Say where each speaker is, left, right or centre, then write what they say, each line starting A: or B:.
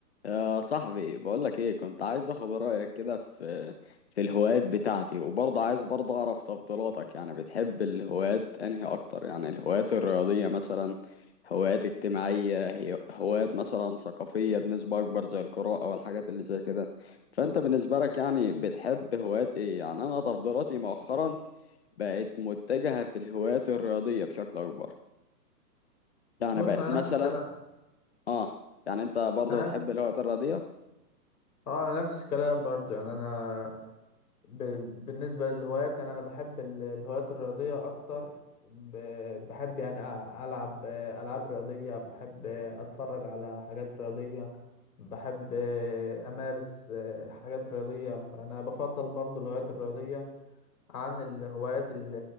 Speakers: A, on the left (about 40°); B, on the left (about 65°).
A: يا صاحبي بقولك ايه كنت عايز اخد رأيك كده في في الهوايات بتاعتي وبرضه عايز برضه اعرف تفضيلاتك يعني بتحب الهوايات انهي اكتر يعني الهوايات الرياضية مثلا هوايات اجتماعية هي- هوايات مثلا ثقافية بنسبة اكبر زي القراءة والحاجات اللي زي كده فانت بالنسبة لك يعني بتحب هوايات ايه يعني انا تفضيلاتي مؤخرا بقت متجهة في الهوايات الرياضية بشكل اكبر يعني
B: بص
A: بقت
B: انا
A: مثلا
B: نفس الكلام
A: اه يعني انت برضه
B: انا
A: بتحب
B: نفس
A: الهوايات الرياضية
B: اه انا نفس الكلام برضو يعني انا ب... بالنسبه للهوايات يعني انا بحب ال- الهوايات الرياضيه اكتر ب... بحب يعني أ- العب العاب رياضيه بحب اتفرج على حاجات رياضيه بحب امارس حاجات رياضيه فانا بفضل برضو الهوايات الرياضيه عن الهوايات ال-